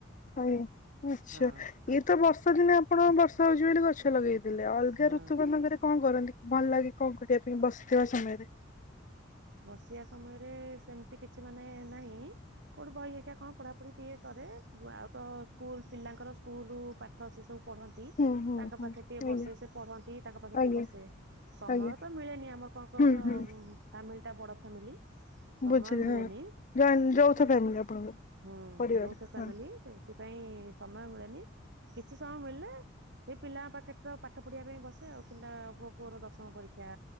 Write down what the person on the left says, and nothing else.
ଆଜ୍ଞା ଆଛା।
ଇଏ ତ ବର୍ଷା ଦିନେ ଆପଣ ବର୍ଷା ହଉଛି ବୋଲି ଗଛ ଲଗେଇଦେଲେ ଅଲଗା
ଋତୁ ମାନଙ୍କରେ କଣ କରନ୍ତି ଭଲ ଲାଗେ କଣ କରିବା ପାଇଁ ବସିଥିବା ସମୟରେ?
ହୁଁ ହୁଁ
ହୁଁ
ଆଜ୍ଞା
ଆଜ୍ଞା
ଆଜ୍ଞା
ହୁଁ ହୁଁ
ବୁଝିଲି
ହଁ।
ଯୌଥ ଫ୍ୟାମିଲି
ଆପଣଙ୍କର
ପରିବାର
ହଁ